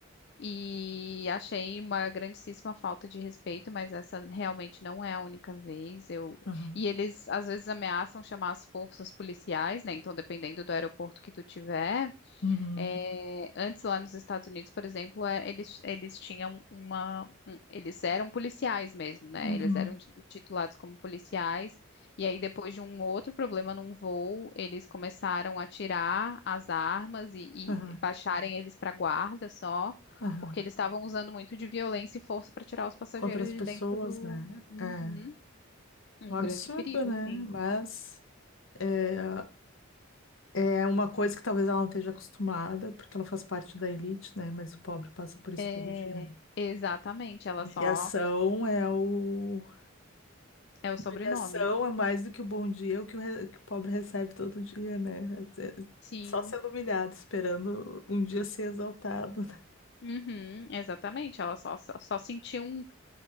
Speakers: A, on the left; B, on the left.
A: E achei uma grandíssima falta de respeito, mas essa realmente não é a única vez. Eu...
B: aham.
A: E eles às vezes ameaçam chamar as forças policiais, né? Então, dependendo do aeroporto que tu tiver.
B: Uhum.
A: É, antes lá nos Estados Unidos, por exemplo, é, eles, eles tinham uma, um- eles eram policiais mesmo, né?
B: Uhum.
A: Eles eram ti- titulados como policiais. E aí depois de um outro problema num voo, eles começaram a tirar as armas e,
B: Aham.
A: e baixarem eles para guarda só,
B: Aham.
A: porque eles estavam usando muito de violência e força para tirar os passageiros
B: Contra as
A: de
B: pessoas,
A: dentro do
B: né?
A: Uhum.
B: É
A: um
B: um absurdo,
A: grande perigo,
B: né?
A: assim.
B: Mas é, é uma coisa que talvez ela não esteja acostumada, porque ela faz parte da elite, né? Mas o pobre passa por isso
A: É,
B: todo dia, né?
A: exatamente, ela
B: Humilhação
A: só
B: é o.
A: é o sobrenome.
B: Humilhação é mais do que o bom dia, é o que o, re- que o pobre recebe todo dia, né? É- é
A: Sim.
B: Só sendo humilhado, esperando um dia ser exaltado, né?
A: Uhum, exatamente, ela só, só, só sentiu um,